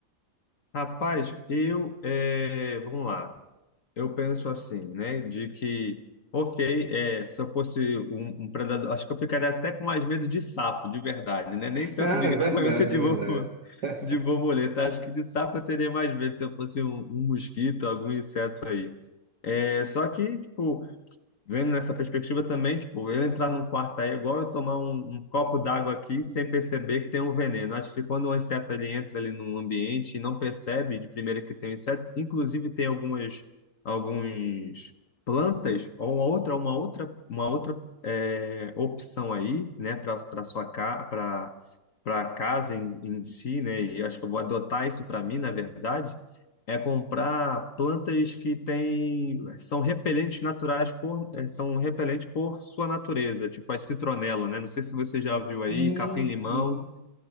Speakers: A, on the left (about 50°); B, on the right (about 60°).
A: rapaz, eu. é, vamos lá. Eu penso assim, né? De que, ok, é, se eu fosse um, um predador, acho que eu ficaria até com mais medo de sapo, de verdade, né? Nem
B: <laughs>
A: tanto
B: Ah,
A: de
B: é
A: <laughs>
B: verdade,
A: gafanhoto de
B: é
A: borbo-
B: verdade. <laughs>
A: de borboleta. Acho que de sapo eu teria mais medo se eu fosse um, um mosquito, algum inseto aí. É, só que, tipo, vendo nessa perspectiva também, tipo, eu entrar num quarto aí é igual eu tomar um, um copo d'água aqui sem perceber que tem um veneno. Acho que quando um inseto ele entra ali num ambiente e não percebe de primeira que tem um inseto, inclusive tem algumas alguns plantas ou uma outra uma outra uma outra eh, opção aí, né, para para sua casa, para para casa em, em si, né? E acho que eu vou adotar isso para mim, na verdade é comprar plantas que têm, são repelentes naturais por, eh, são repelentes por sua natureza, tipo a citronela, né? Não sei se você já viu aí,
B: Sim,
A: capim-limão,
B: sim.